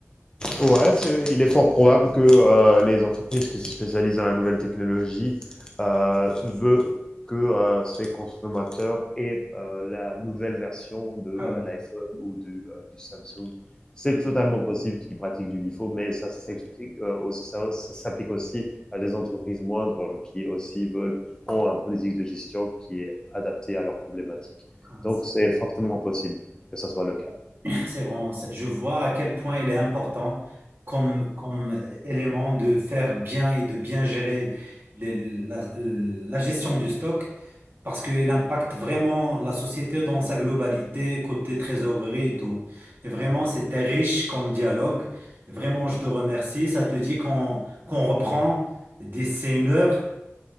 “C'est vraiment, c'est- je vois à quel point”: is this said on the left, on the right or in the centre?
Right